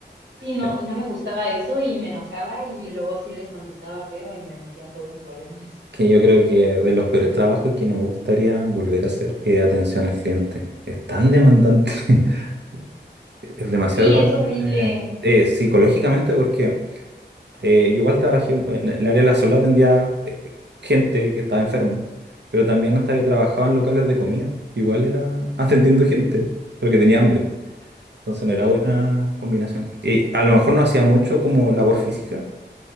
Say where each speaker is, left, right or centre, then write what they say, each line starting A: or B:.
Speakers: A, on the right; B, on the right.
A: sí, no,
B: eh,
A: y no me gustaba eso y me enojaba y luego sí les contestaba feo y me metía un poco en problemas. <laughs>
B: que yo creo que de los peores trabajos y que no me gustaría volver a hacer, eh, atención al cliente. Es tan demandante, <laughs> es demasiado
A: Sí,
B: demandante
A: es horrible,
B: eh, psicológicamente porque eh, yo igual trabajé en el área de la salud, atendía eh, gente que estaba enferma, pero también hasta que trabajaba en locales de comida. Igual era <laughs> atendiendo gente, pero que tenía hambre. Entonces no
A: sí,
B: era buena combinación. Y a lo mejor no hacía mucho como labor física,